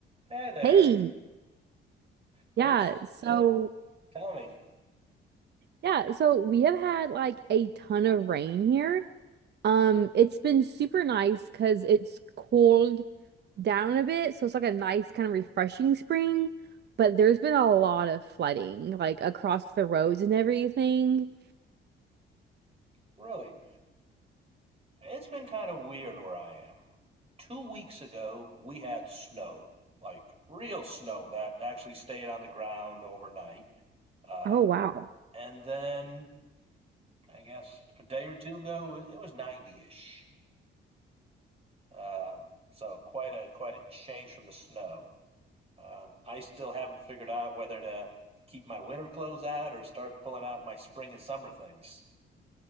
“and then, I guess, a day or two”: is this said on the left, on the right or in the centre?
Right